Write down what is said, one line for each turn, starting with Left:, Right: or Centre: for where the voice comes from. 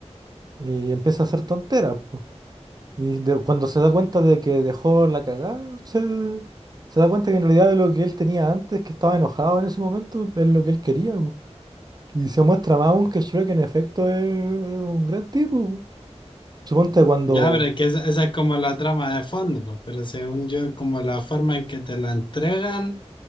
Right: Y empieza a hacer tonteras, po. Y de- cuando se da cuenta de que dejó la cagada, se, se da cuenta que en realidad lo que él tenía antes, que estaba enojado en ese momento, es lo que él quería, po. Y se muestra más aún que Shrek en efecto es, es un gran tipo, po. Suponte cuando
Left: Ya, pero es que esa, esa es como la trama de fondo, pues, pero según yo, como la forma en que te la entregan,